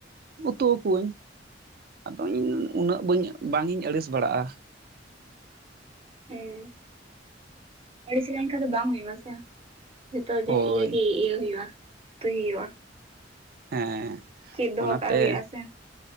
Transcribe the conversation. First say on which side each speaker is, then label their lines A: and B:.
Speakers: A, on the right; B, on the right.
A: ᱩᱛᱩ ᱟᱠᱚᱣᱟᱹᱧ᱾ ᱟᱫᱚ ᱤᱧ ᱩᱱᱟᱹᱜ ᱵᱟᱹᱧ ᱵᱟᱝ ᱤᱧ ᱟᱹᱲᱤᱥ ᱵᱟᱲᱟᱜᱼᱟ᱾
B: ᱦᱮᱸ ᱟᱹᱲᱤᱥ ᱞᱮᱱᱠᱷᱟᱱ ᱫᱚ ᱵᱟᱝ ᱦᱩᱭᱩᱜᱼᱟ ᱥᱮ᱾ ᱡᱷᱚᱛᱚ
A: ᱦᱳᱭ
B: ᱡᱤᱱ ᱤᱭᱟᱹ ᱜᱮ ᱤᱭᱟᱹ ᱦᱩᱭᱩᱜᱼᱟ ᱩᱛᱩᱭ ᱦᱩᱭᱩᱜᱼᱟ᱾
A: ᱦᱮᱸ
B: ᱪᱮᱫ ᱫᱚᱦᱚ
A: ᱚᱱᱟ
B: ᱠᱟᱜ
A: ᱛᱮ
B: ᱦᱩᱭᱩᱜᱼᱟ ᱥᱮ